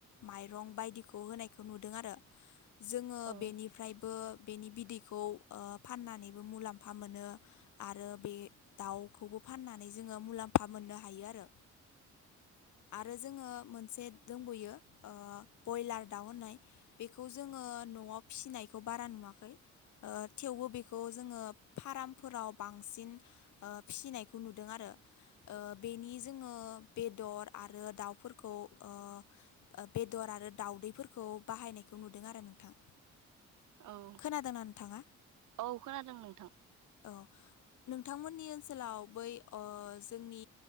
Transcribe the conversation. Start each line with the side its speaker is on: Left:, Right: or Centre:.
Left: माइरं बायदिखौ होनायखौ नुदों। आरो जोङो
Right: औ
Left: बेनिफ्रायबो बेनि बिदैखौ ओ फाननानैबो मुलाम्फा मोनो। आरो बे दाउखौबो फाननानै जोङो मुलाम्फा मोननो हायो आरो। आरो जोङो मोनसे दंबोयो ओ बयलार दाउ होननाय। बेखौ जोङो न'आव फिसिनायखौ बारा नुवाखै। थेवबो बेखौ जोङो फार्मफोराव बांसिन ओ फिसिनायखौ नुदों आरो ओ बेनि जोङो बेदर आरो दाउफोरखौ ओ ओ बेदर आरो दाउदैफोर खौ बाहायनायखौ नुदों आरो नोंथां।
Right: औ
Left: खोनादोंना नोंथाङा?
Right: औ खोनादों नोंथां
Left: औ। नोंथांमोननि ओनसोलाव बै ओ जोंनि